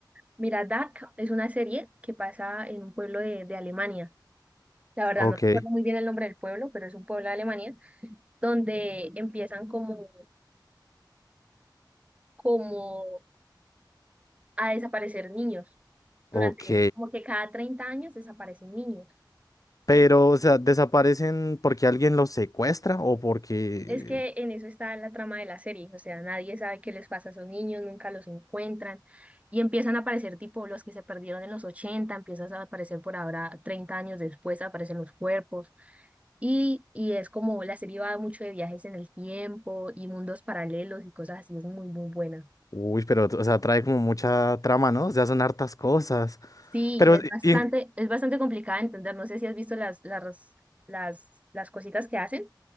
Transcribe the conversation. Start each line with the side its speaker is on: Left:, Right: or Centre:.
Right: Mira, Dark es una serie que pasa en un pueblo de, de Alemania. La verdad
Left: Ok,
Right: no recuerdo muy bien el nombre del pueblo, pero es un pueblo de Alemania donde empiezan como, como a desaparecer niños.
Left: ok.
Right: Durante como que cada 30 años desaparecen niños.
Left: Pero,
Right: en
Left: o sea, ¿desaparecen porque alguien los secuestra o porque...
Right: Es que en eso está la trama de la serie, o sea, nadie sabe qué les pasa a esos niños, nunca los encuentran y empiezan a aparecer tipo los que se perdieron en los 80, empiezan a aparecer por ahora 30 años después, aparecen los cuerpos y, y es como la serie va mucho de viajes en el tiempo y mundos paralelos y cosas así, es muy, muy buena.
Left: Uy, pero, o sea, trae como mucha trama, ¿no? O sea, son hartas cosas.
Right: Sí,
Left: Pero,
Right: es bastante,
Left: ¿y en-
Right: es bastante complicada de entender, no sé si has visto las, las, las, las cositas que hacen,